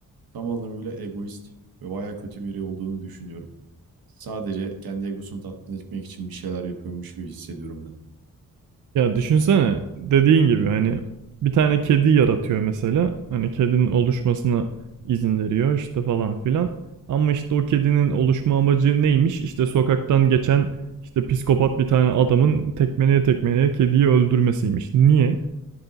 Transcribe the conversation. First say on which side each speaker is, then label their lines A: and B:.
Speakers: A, on the right (about 75°); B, on the right (about 55°).
A: Tam anlamıyla egoist ve bayağı kötü biri olduğunu düşünüyorum. Sadece kendi egosunu tatmin etmek için bir şeyler yapıyormuş gibi hissediyorum ben.
B: Ya düşünsene dediğin gibi hani bir tane kedi yaratıyor mesela. Hani kedinin oluşmasına izin veriyor işte falan filan. Ama işte o kedinin oluşma amacı neymiş? İşte sokaktan geçen işte psikopat bir tane adamın tekmeleye tekmeleye kediyi öldürmesiymiş. Niye?